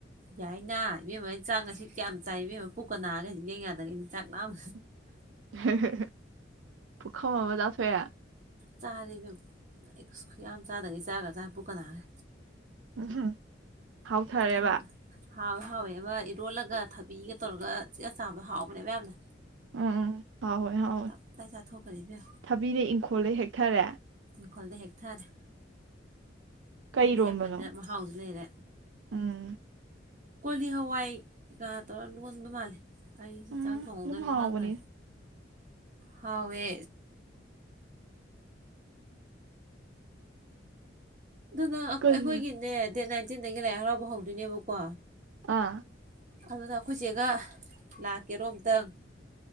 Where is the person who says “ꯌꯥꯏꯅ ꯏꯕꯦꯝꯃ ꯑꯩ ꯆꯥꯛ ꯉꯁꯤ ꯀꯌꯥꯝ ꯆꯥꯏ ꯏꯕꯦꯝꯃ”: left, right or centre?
Right